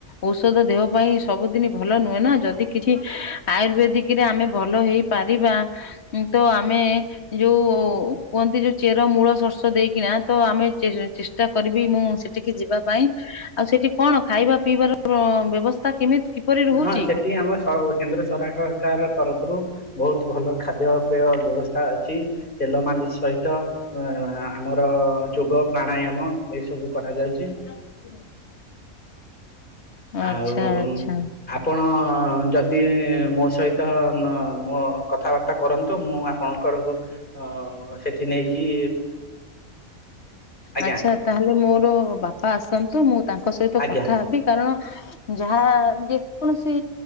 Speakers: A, on the left (about 50°); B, on the left (about 35°).
A: ଔଷଧ ଦେହ ପାଇଁ ସବୁଦିନି ଭଲ ନୁହେଁ ନା ଯଦି କିଛି ଆୟୁର୍ବେଦିକ୍ ରେ ଆମେ ଭଲ ହେଇ ପାରିବା ତ ଆମେ ଯୋଉ କୁହନ୍ତି ଯଉ ଚେର ମୂଳ ସର୍ଷ ଦେଇକିନା ତ ଆମେ ଚେ ଚେ ଷ୍ଟା କରିବି ମୁଁ ସେଠିକି ଯିବା ପାଇଁ। ଆଉ ସେଠି କଣ ଖାଇବା ପିଇବାର ବ୍ୟବସ୍ଥା କେମିତି? କିପରି ରହୁଛି?
B: ହଁ ସେଠି ଆମ ସ କେନ୍ଦ୍ର ସ ସରକାକାର ତରଫରୁ ବହୁତ୍ ଭଲ ଖାଦ୍ୟପେୟ ବ୍ୟବସ୍ଥା ଅଛି ତେଲ ମାଲିସ୍ ସହିତ ଆମର ଯୋଗ ପ୍ରାଣାୟମ ଏଇ ସବୁ କରାଯାଉଛି।
A: <unintelligible> ଆଚ୍ଛା
B: ଆଉ
A: ଆଚ୍ଛା
B: ଆପଣ ଯଦି ମୋ ସହିତ ନ ମୋ କଥାବାର୍ତ୍ତା କରନ୍ତୁ ମୁଁ ଆପଣଙ୍କର ଅ ସେଠି ନେଇକି ଆଜ୍ଞା
A: ଆଛା ତାହାଲେ ମୋର ବାପା ଆସନ୍ତୁ ମୁଁ ତାଙ୍କ ସହିତ
B: ଆଜ୍ଞା
A: କଥା ହେବି। କାରଣ ଯାହା ଯେକୌଣସି